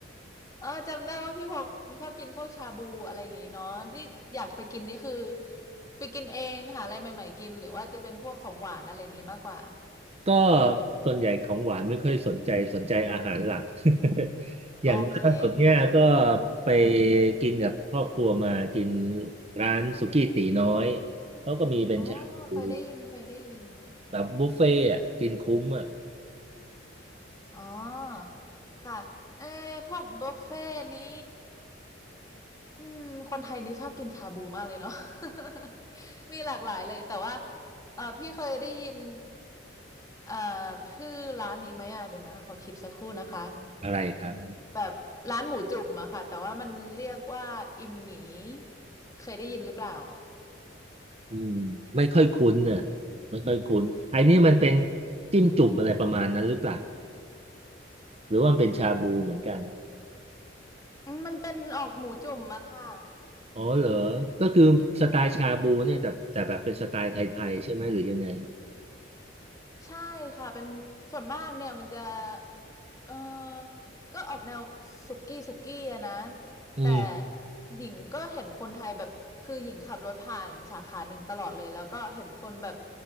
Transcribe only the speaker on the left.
เออจำได้ว่าพี่พงศ์ชอบกินพวกชาบูอะไรอย่างงี้เนาะที่อยากไปกินนี่คือไปกินเองหาอะไรใหม่ๆกินหรือว่าจะเป็นพวกของหวานอะไรอย่างงี้มากกว่า
โอเค
ค่ะ
อ๋อเคยได้ยินเคยได้ยิน
อ๋อค่ะเออพวกบุฟเฟ่ต์นี้ อืมคนไทยนี่ชอบกินชาบูมากเลยเนาะ <laughs> มีหลากหลายเลยแต่ว่าเออพี่เคยได้ยินเอ่อชื่อร้านนี้ไหมอ่ะเดี๋ยวนะขอคิดสักครู่นะคะ
แบบร้านหมูจุ่มอะค่ะแต่ว่ามันเรียกว่าอิมหมีเคยได้ยินหรือเปล่า
อืมมันเป็นออกหมูจุ่มอะค่ะ
ใช่ค่ะเป็นส่วนมากเนี่ยมันจะเออก็ออกแนวสุกี้สุกี้อะนะ
แต่หญิงก็เห็นคนไทยแบบคือหญิงขับรถผ่านสาขาหนึ่งตลอดเลยแล้วก็เห็นคนแบบ